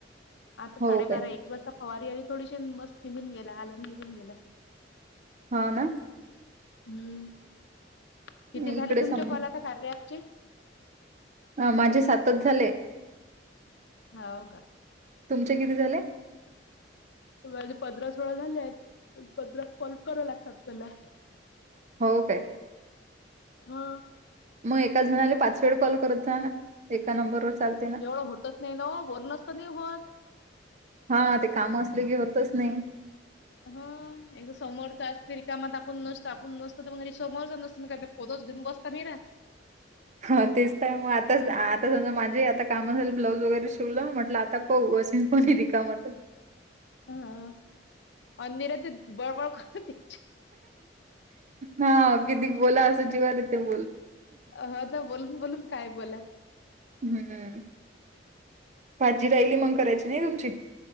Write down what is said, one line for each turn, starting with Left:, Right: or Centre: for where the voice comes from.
Left: आता
Right: हो
Left: साडेबारा
Right: काय?
Left: एक वाजता फवारी आली थोडीशी मस्त निघून गेला आलान् निघून गेला
Right: हा ना
Left: हम्म किती झाले
Right: इकडे
Left: तुमचे
Right: सम
Left: कॉल आता कार्य अँप चे
Right: अ माझे सातच झाले
Left: जाव
Right: तुमचे किती झाले
Left: माझे पंधरा सोळा झालेत <unintelligible> लागतात मला
Right: हो काय
Left: हा
Right: म एकाच <unintelligible> पाच वेळ कॉल करत जा ना एका नंबरवर चालते ना?
Left: एवढं होतच नाय ना ओ बोलणंच तर नाही होत
Right: हां, ते कामं असले की होतच नाही.
Left: हा एक समोरचा री कामात आपण नसतो आपण नसतो तर मग समोरचा नसतो <unintelligible> घेऊन बसता मीरा
Right: हा तेच तर म आताच आता समजा माझे आता काम झालेत ब्लाऊज वगैरे शिवलं म्हटलं आता बघू असं कोणी रीकाम त.
Left: हा आणि निऱ्या ते बळ बळ करते.
Right: हा कितीक बोला अस जीवावर येतं.
Left: हो ना बोलून बोलून काय बोला
Right: हम्म भाजी राहिली मंग करायची नाही तुमची